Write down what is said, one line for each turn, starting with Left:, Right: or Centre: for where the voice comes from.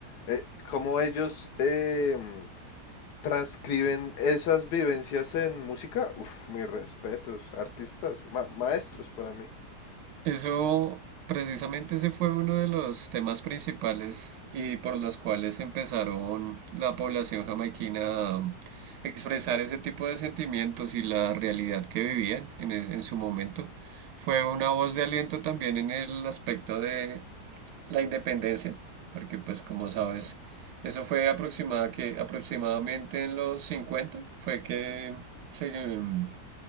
Left: eh, como ellos, em, transcriben esas vivencias en música, Uf, mis respetos, artistas, ma- maestros para mí,
Right: Eso, precisamente ese fue uno de los temas principales y por los cuales empezaron la población jamaiquina a expresar ese tipo de sentimientos y la realidad que vivían en, es- en su momento. Fue una voz de aliento también en el aspecto de la independencia, porque pues como sabes, eso fue aproximada que, aproximadamente en los 50 fue que se, mm,